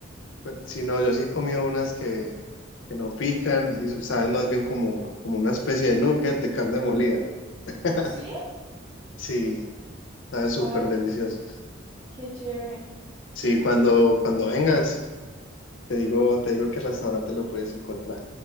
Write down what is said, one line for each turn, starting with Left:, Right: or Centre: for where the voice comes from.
Left: pues, sí, no, yo sí he comido unas que, que no pican y saben más bien como, como una especie de nugget de carne molida. <laughs>
Right: ¿Sí?
Left: Sí, sabe súper
Right: Ay,
Left: delicioso.
Right: Qué chévere.
Left: Sí, cuando, cuando vengas, te digo, te digo qué restaurante lo puedes encontrar.